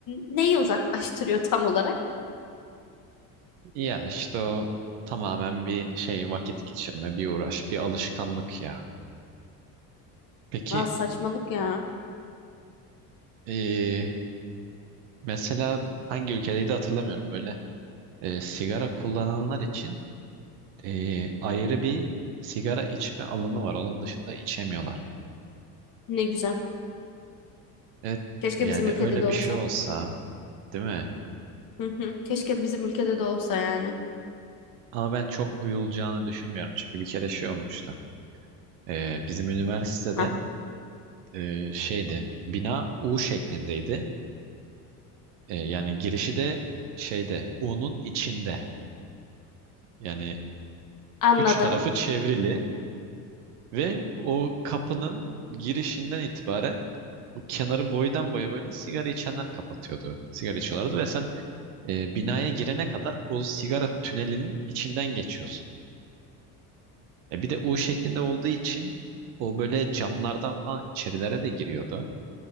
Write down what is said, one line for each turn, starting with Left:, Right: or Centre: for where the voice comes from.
Left: Neyi uzaklaştırıyor tam olarak?
Right: Ya işte o tamamen bir şey vakit geçirme, bir uğraş, bir alışkanlık ya. Peki
Left: Aa, saçmalık ya.
Right: e, mesela hangi ülkedeydi hatırlamıyorum böyle e, sigara kullananlar için e, ayrı bir sigara içme alanı var. Onun dışında içemiyorlar.
Left: Ne güzel.
Right: Evet,
Left: Keşke
Right: yani
Left: bizim ülkede
Right: öyle
Left: de
Right: bir
Left: olsa.
Right: şey olsa, değil mi?
Left: Hı hı. Keşke bizim ülkede de olsa yani.
Right: Ama ben çok uyulacağını düşünmüyorum. Çünkü bir kere şey olmuştu. E, bizim üniversitede
Left: Hah,
Right: e, şeydi, bina U şeklindeydi. E, yani girişi de şeyde, U'nun içinde. Yani
Left: anladım.
Right: üç tarafı çevrili ve o kapının girişinden itibaren o kenarı boydan boya böyle sigara içenler kapatıyordu. Sigara içiyorlardı ve sen E, binaya girene kadar o sigara tünelinin içinden geçiyorsun. E, bir de U şeklinde olduğu için o böyle camlardan falan içerilere de giriyordu.